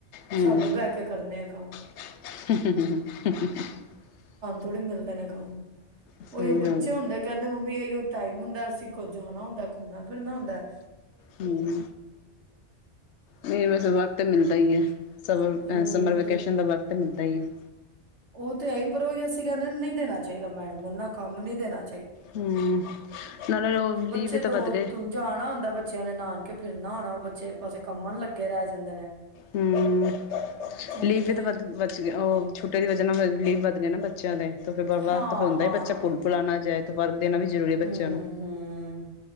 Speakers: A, on the left (about 75°); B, on the right (about 75°).
A: ਹਮ
B: ਸਾਨੂੰ ਬਹਿ ਕੇ ਕਰਨੇ ਆ ਕੰਮ
A: <unintelligible>
B: ਥੋੜੀ ਮਿਲਦਾ ਨਾ ਕੰਮ
A: ਸਹੀ
B: ਉਹੀ ਉਹ ਬੱਚੇ
A: ਗੱਲ ਹੈ
B: ਹੁੰਦੇ ਆ, ਕਹਿੰਦੇ ਮੰਮੀ ਇਓ ਟਾਈਮ ਹੁੰਦੈ, ਅਸੀਂ ਕੋ ਜਾਣਾ ਹੁੰਦੈ, ਘੁੰਮਣਾ- ਫਿਰਨਾ ਹੁੰਦੈ।
A: ਹਮ ਨਹੀਂ ਵਸ ਵਕਤ ਮਿਲਦਾ ਹੀ ਏ, ਸਮਰ
B: ਹੋਰ
A: ਸਮਰ ਵੇਕੇਸ਼ਨ ਦਾ ਵਕਤ ੱਟ ਮਿਲਦਾ <inaudible>
B: ਉਹ ਤੇ ਹੈ ਹੀ ਪਰ ਉਹੀ ਅਸੀਂ ਕਹਿੰਦੇ ਨਹੀਂ ਦੇਣਾ ਚਾਹੀਦਾ ਮੈਡਮ ਨੂੰ ਨਾ ਕੰਮ ਨੀ ਦੇਣਾ?
A: ਹਮ ਨਾਲੇ ਉਹ
B: ਬੱਚੇ
A: ਲੀਵ ਵੀ
B: ਦੋ
A: ਤਾਂ ਵੱਧ ਗਏ
B: ਜਾਣਾ ਹੁੰਦਾ ਬੱਚਿਆਂ ਨੇ, ਨਾਨ ਕੇ ਫਿਰਨਾ ਹੋਣਾ ਉਹ ਬ ਪਛੇ ਇੱਕ -ਪਾਸੇ ਕੰਮਣ ਲੱਗੇ ਰਹਿ ਜਾਂਦੇ ਨੇ
A: ਹਮ
B: ਉਹੀ
A: ਲੀਵ
B: ਤੇ
A: ਤ ਬਧ ਬਚ ਉਹ ਛੋਟੇ ਜ ਲਿਵ ਵਧ ਗਏ ਨਾ ਬੱਚਿਆਂ ਦੇ ਤੇ ਫਿਰਰਬਾਦ
B: ਹਾਂ
A: ਫਿਰ ਹੁੰਦਾ
B: ਹਾਂ
A: ਬੱਚਾ ਪੁਲ ਪੁੁਲਾਣਾ ਜਾਏ ਪਰ ਦੇਣਾ ਵੀ ਜ਼ਰੂਰੀ ਹੈ ਬੱਚਿਆਂ
B: ਹੂੰ
A: ਨੂੰ
B: ਹੂੰ